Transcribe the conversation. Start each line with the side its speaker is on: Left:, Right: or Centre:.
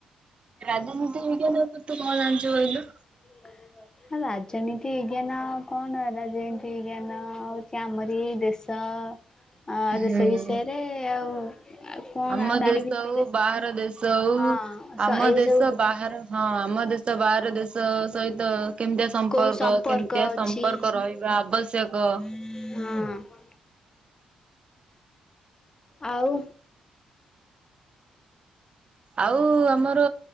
Right: ରାଜନୀତି ବିଜ୍ଞାନ ଉପରେ ତୁ କଣ ଜାଣିଚୁ କହିଲୁ?
Left: <unintelligible> ରାଜନୀତି ବିଜ୍ଞାନ କଣ ରାଜନୀତି ବିଜ୍ଞାନ ହଉଛି ଆମର ଏଇ ଦେଶ ତ ଦେଶ
Right: ହୁଁ।
Left: ବିଷୟରେ ଆଉ ଆଉ କଣ
Right: ଆମ
Left: ତାରି
Right: ଦେଶ
Left: ଭିତରେ
Right: ହଉ ବାହାର ଦେଶ ହଉ
Left: ହଁ ସ
Right: ଆମ
Left: ଏଇ
Right: ଦେଶ
Left: ସବୁ
Right: ବାହାର ହଁ ଆମ ଦେଶ ବାହାର ଦେଶ ସହିତ କେମିତିଆ ସମ୍ପର୍କ
Left: କୋଉ
Right: କେମିତିଆ
Left: ଅଛି
Right: ସମ୍ପର୍କ ରହିବା ଆବଶ୍ୟକ?
Left: ହଁ। ଆଉ?
Right: ଆଉ ଆମର